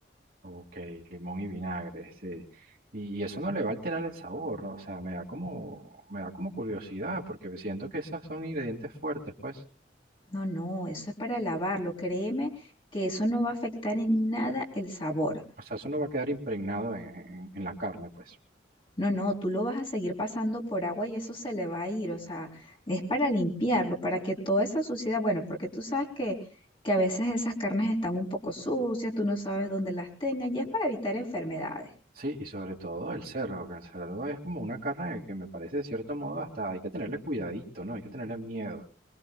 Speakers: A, on the right; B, on the left.
A: Ok, limón y vinagre, sí. Y, y eso no le va a alterar el sabor, ¿no? O sea, me da como, me da como curiosidad, porque siento que esos son ingredientes fuertes, pues.
B: No, no, eso es para lavarlo, créeme que eso no va a afectar en nada el sabor.
A: O sea, eso no va a quedar impregnado en, en en la carne, pues.
B: No, no, tú lo vas a seguir pasando por agua y eso se le va a ir, o sea, es para limpiarlo, para que toda esa suciedad, bueno, porque tú sabes que, que a veces esas carnes están un poco sucias, tú no sabes dónde las tengan y es para evitar enfermedades.
A: Sí, y sobre todo el cerdo, que el cerdo es como una carne que me parece de cierto modo hasta hay que tenerle cuidadito, ¿no? Hay que tenerle miedo.